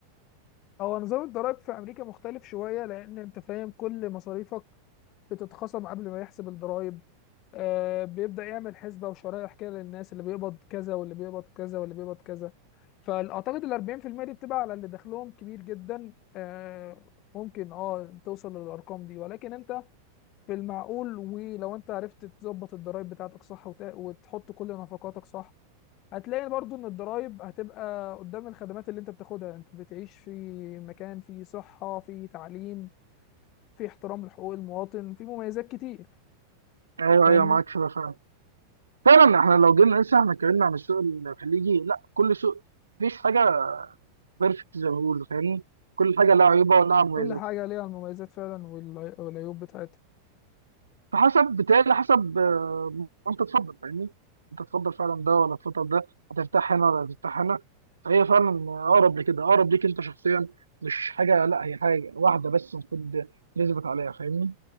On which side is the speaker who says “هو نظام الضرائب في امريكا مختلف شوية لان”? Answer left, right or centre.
Left